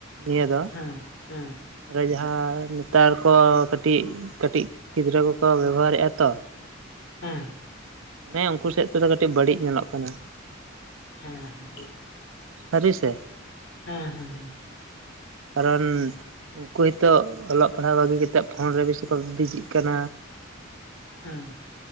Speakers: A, on the right (about 75°); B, on the left (about 70°).
A: ᱱᱤᱭᱟᱹ ᱫᱚ
B: ᱦᱮᱸ ᱦᱮᱸ
A: ᱟᱫᱚ ᱡᱟᱸᱦᱟᱭ ᱛᱟᱨᱯᱚᱨ ᱠᱟᱹᱴᱤᱡ ᱠᱟᱹᱴᱤᱡ ᱜᱤᱫᱽᱨᱟᱹ ᱠᱚᱠᱚ ᱵᱮᱵᱚᱦᱟᱨᱮᱫᱟ ᱛᱚ
B: ᱦᱮᱸ
A: ᱦᱮᱸ ᱩᱱᱠᱩ ᱥᱮᱫ ᱛᱮᱫᱚ ᱠᱟᱹᱴᱤᱡ ᱵᱟᱹᱲᱤᱡ ᱧᱮᱞᱚᱜ ᱠᱟᱱᱟ
B: ᱦᱮᱸ ᱦᱮᱸ
A: ᱥᱟᱹᱨᱤ ᱥᱮ
B: ᱦᱮᱸ ᱦᱮᱸ ᱦᱮᱸ
A: ᱠᱟᱨᱚᱱ ᱩᱱᱠᱩ ᱜᱮᱛᱚ ᱚᱞᱚᱜ ᱯᱟᱲᱦᱟᱣ ᱵᱟᱹᱜᱤ ᱠᱟᱛᱮᱫ ᱯᱷᱳᱱ ᱨᱮ ᱵᱮᱥᱤ ᱠᱚ ᱵᱤᱡᱤᱜ ᱠᱟᱱᱟ ᱾
B: ᱦᱮᱸ